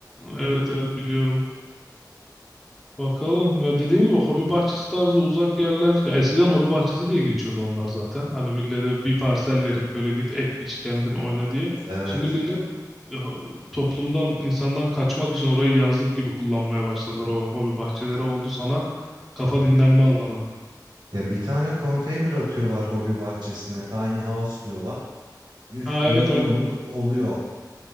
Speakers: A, in the centre; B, on the right (about 85°).
A: evet, evet biliyorum. Bakalım. Ya dediğin gibi hobi bahçesi tarzı uzak yerler. Ya eskiden hobi bahçesi diye geçiyordu onlar zaten. Hani millete bir parsel verip böyle git ek biç kendin oyna diye.
B: Evet,
A: Şimdi millet ya, toplumdan, insandan kaçmak için orayı yazlık gibi kullanmaya başladılar o hobi bahçeleri oldu sana kafa
B: evet.
A: dinlenme alanı.
B: Ya bir tane konteyner atıyorlar hobi bahçesine. Tiny House diyorlar. Üf
A: Ha
B: milyonluk
A: evet a-
B: oluyor.